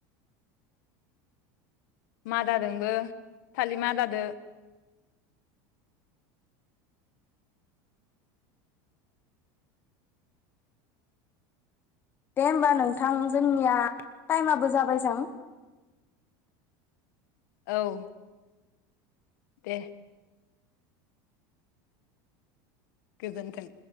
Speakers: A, on the left; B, on the left.
A: मादादोंबो थालि मादादो।
B: दे होमबा नोंथां जोंनिया टाइमाबो जाबाय जां।
A: औ दे गोजोन्थों